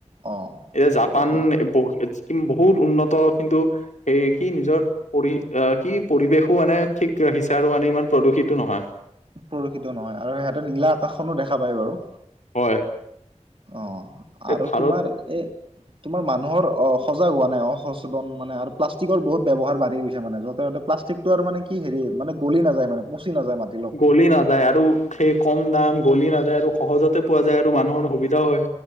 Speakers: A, on the right; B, on the left.
A: অ
B: এতিয়া
A: সেইটোতো
B: জাপান
A: হয়
B: ব কি বহুত উন্নত, কিন্তু সেই কি নিজৰ পৰি আহ, কি পৰিৱেশো মানে ঠিক ৰাখিছে, আৰু মানে ইমান প্ৰদূষিতো নহয়।
A: প্ৰদূষিত নহয়, আৰু সিহঁতৰ নীলা আকাশখনো দেখা পায় বাৰু।
B: হয়!
A: অ, আৰু
B: ভাৰত
A: তোমাৰ এ তোমাৰ মানুহৰ অ সজাগ হোৱা নাই অসচেতন মানে আৰু প্লাষ্টিক বহুত ব্যৱহাৰ বাঢ়ি গৈছে মান যতে ততে প্লাষ্ টিক আৰু মানে কি হেৰি মানে গলি নাযায় মানে পচি নাযায় মান
B: গলি নাযায় আৰু সেই কম দাম গলি নাযায় আৰু সহজতে পোৱা যায় আৰু মানুহৰ সুবিধাও হয়